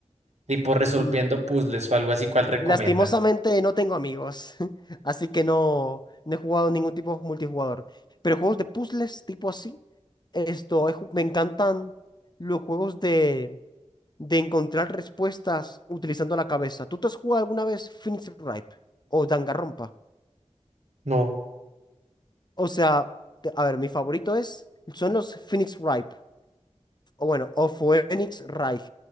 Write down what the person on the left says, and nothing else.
mm,
lastimosamente no tengo amigos, <laughs> así que no, no he jugado ningún tipo de multijugador. Pero juegos de puzzles tipo así, esto, he ju- me encantan los juegos de, de encontrar respuestas utilizando la cabeza. ¿Tú te has jugado alguna vez Phoenix Ripe o Danganronpa?
O sea, te- a ver, mi favorito es, son los Phoenix Ripe. o bueno, o Phoenix Wright.